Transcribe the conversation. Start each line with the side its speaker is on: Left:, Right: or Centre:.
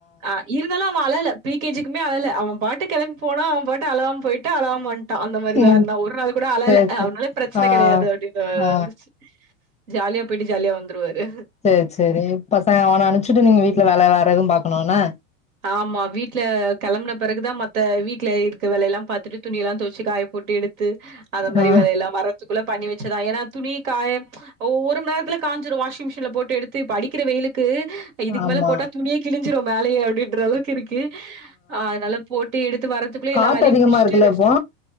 Right: ஆ இருந்தாலு அவ அழல பி கேஜிக்குமே அழல அவ பாட்டுக்கு கெளம்பி போனா அவ பாட் டு அழலாம போயிட்டு அழலாம வண்ட்டா அந்த மாரிதா
Left: ம்
Right: இருந்தா ஒரு நாள் கூட அழல
Left: சேரி சேரி
Right: அவனாலே பிரச்சன
Left: ஆ
Right: கெடையாது அப்டின்ற மாரிதா
Left: ஆ
Right: இருந்துச்சு ஜாலியா போயிட்டு ஜாலியா வந்துருவாரு
Left: சேரி சேரி பசங்க அவன அனுப்புச்சிட்டு நீங்க வீட்ல வேல வேற எதுவு பாக்கணு என்ன
Right: ஆமா வீட்ல கெளம்பன பெறகுதா மத்த வீட்ல இருக்க வேல எல்லா பாத்துட்டு துணி எல்லா துவச்சு காய போட்டு எடுத்து அத மாரி
Left: ஆ
Right: வேலயெல்லா வரத்துக்குள்ள பண்ணி வச்சதா ஏனா துணி காயப் ஒ ஒரு மண் நேரத்துல காஞ்சுரு வாஷிங் மிஷின்ல போட்டு எடுத்து இப்ப அடிக்கிற வெயிலுக்கு இதுக்கு
Left: ஆமா
Right: மேல போட்டா துணியே கிழஞ்சுரு மேலயே அப்டின்ருவாங்க இருக்கு ஆ அதனால போட்டு எடுத்து வர்றதுக்குள்ளே
Left: காத்து
Right: எல்லா வேலையு
Left: அதிகமா
Right: முடிச்சுட்டு
Left: இருக்குல்ல
Right: ரெஸ்ட்
Left: இப்போ